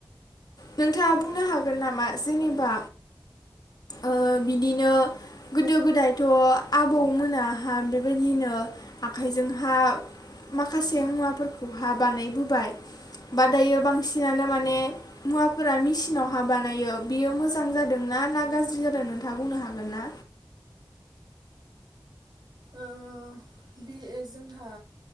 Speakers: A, on the left; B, on the right.
A: नोंथाङा बुंनो हागोन नामा जेनेबा ओ बिदिनो गोदो गोदायथ' आबौ मोनाहा बेबायदिनो आखाइजोंहा माखासे मुवाफोरखौहा बानायबोबाय बा दायो बांसिनानो माने मुवाफोरा मेसिनाव हा बानायो बियो मोजां जादोंनाा ना गाज्रि जादों नोंथाङा बुंनो हागोन ना?
B: ओ बे जोंहा